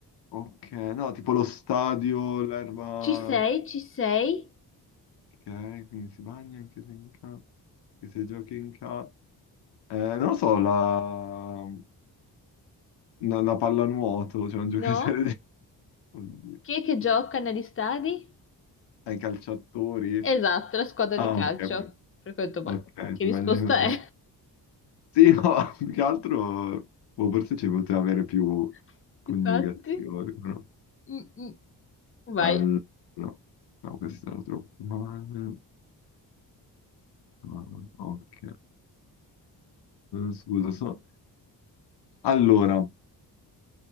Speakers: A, on the left; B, on the left.
A: Ok, no, tipo lo stadio, l'erba...
B: Ci sei, ci sei,
A: Ok, quindi si bagna anche se in casa, anche se giochi in casa. non lo so, la, la, la pallanuoto, cioè un <laughs> giocatore
B: no?
A: di... Oddio.
B: Chi è che gioca negli stadi?
A: Ai calciatori?
B: Esatto, la squadra
A: Ah,
B: di calcio.
A: ok, proprio-
B: Per cui ho detto, ma
A: ok,
B: che
A: si
B: risposta
A: bagna con-
B: è?
A: Sì, no, <laughs> più che altro, boh, forse ci poteva avere più
B: <laughs>
A: coniugazioni,
B: Infatti,
A: però...
B: Mm, mm, vai.
A: Al... No, no, questo era troppo male. Ah, Ok. Scusa, so... Allora...